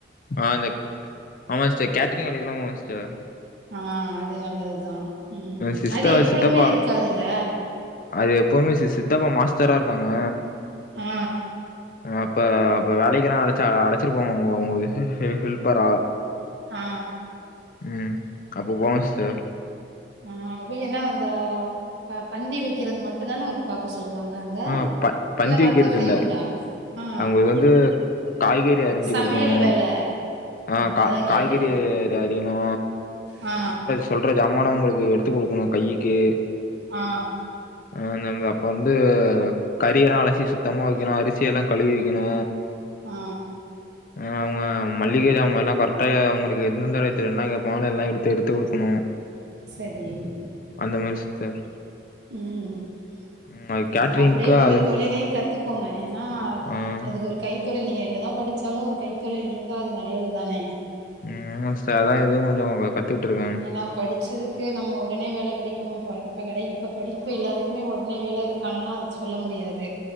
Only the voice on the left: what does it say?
ஆஹ் அந்த ஆமா சிஸ்டர் கேட்ரிங் வேலைக்கெல்லா போவ சிஸ்டர்
சிஸ்டர்
சித்தப்பா
அது எப்பவுமே சிஸ் சித்தப்பா மாஸ்டரா இருக்காங்க
அப்ப அப்ப வேலைக்குல்லா அழைச்ச அழைச்சிருப்பாங்க உங்களுக்கு ஹெல் ஹெல்ப்பரா
ம் அப்ப போவ சிஸ்டர்
ஆ பந் பந்தி
வைக்கிறது
இல்ல
அங்க வந்து காய்கறி அரிஞ்சு
குடுக்கணு
ஆ கா
காய்கறி
அரிணு
சொல்ற ஜாமான அவுங்களுக்கு எடுத்து கொடுக்கணு கையிக்கு
ம் நம்ம அப்ப வந்து கறி எல்லா அலசி சுத்தமா வைக்கணு அரிசி எல்லா கழுவிக்கணு
ம் அ அவுங்க மல்லிகஜாமாலா கரெக்டா அவுங்களுக்கு எந்தெந்த இடத்துல என்னா கேப்பாங்களோ எல்லா எடுத்து எடுத்து குடுக்குணு
அந்த மாரி சிஸ்டர்
ம் அது
கேட்ரிங்க்கு
அது
ஆ
ம் ஆமா சிஸ்டர் அத்தா இது கொஞ்சோ கத்துட்ருக்கே